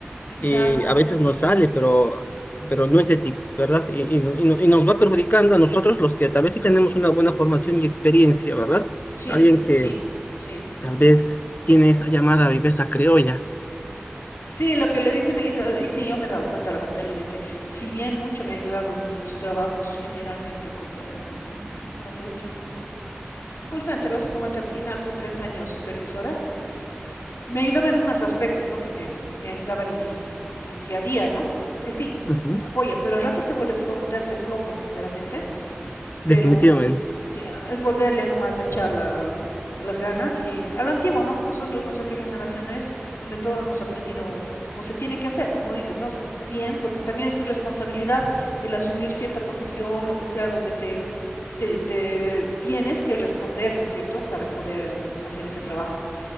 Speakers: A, on the left; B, on the left.
A: exacto.
B: y a veces nos sale, pero, pero no es ético, ¿verdad? Y, y, no- y no- y nos va perjudicando a nosotros los que tal vez sí tenemos una buena formación y experiencia, ¿verdad?
A: Sí,
B: Alguien que
A: sí, sí.
B: tal vez tiene esa llamada viveza criolla.
A: Sí, lo que le dicen, y, y sí, yo me he dado cuenta, lamentablemente, si bien mucho me ha ayudado en mis trabajos generalmente con el, ah, en lo que he hecho en el call center, básicamente al final fui tres años supervisora, me ayudaba en unos aspectos, ¿no? Que me, me ayudaban en mi, en mi día a día, ¿no? Porque sí,
B: Ujú,
A: eh, apoya, pero a ratos te vuelves flojo, te hace flojo, sinceramente pero
B: Definitivamente.
A: mm, es volverle a nomás a echar la- las ganas y eh, a lo antiguo, ¿no? Nosotros no sé qué generación eres, donde todos hemos aprendido como se tiene que hacer, como dices, ¿no? O sea, bien, porque también es tu responsabilidad el asumir cierta posición, lo que sea, donde te, te, te tienes que responder, ¿no es cierto?, para poder eh, hacer ese trabajo.